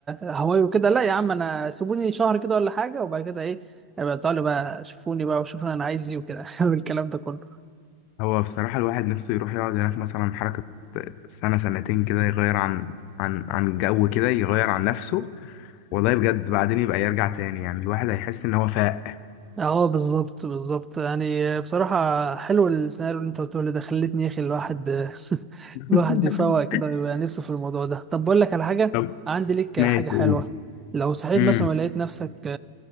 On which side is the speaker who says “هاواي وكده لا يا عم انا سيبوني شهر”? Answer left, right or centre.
Right